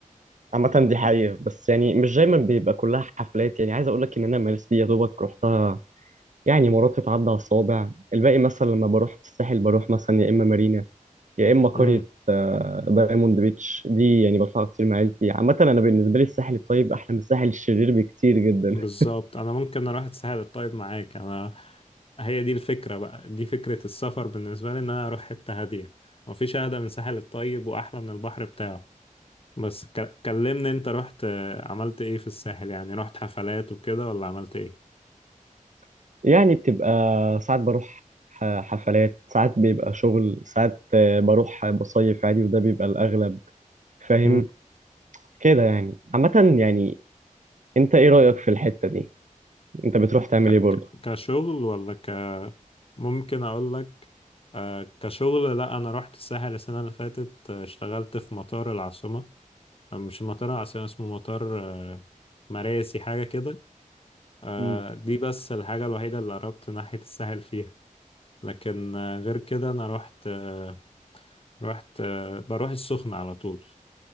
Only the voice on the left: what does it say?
مم.
بالظبط انا ممكن اروح اتسهل طيب معاك انا هي دي الفكره بقى دي فكره السفر بالنسبه لي ان انا اروح حته هاديه مفيش اهدى من ساحل الطيب واحلى من البحر بتاعه بس ك- كلمني انت رحت آه، عملت ايه في الساحل يعني رحت حفلات وكده ولا عملت ايه
مم.
ك
ك كشغل ولا ك ممكن اقول لك آه، كشغل لا انا رحت الساحل السنه اللي فاتت آه، اشتغلت في مطار العاصمه آه، مش مطار العاصمه اسمه مطار آه، مراسي حاجه كده آه،
دي بس الحاجة الوحيدة اللي قربت ناحية الساحل فيها لكن آه، غير كده أنا رحت آه، رحت آه، بروح السخنة على طول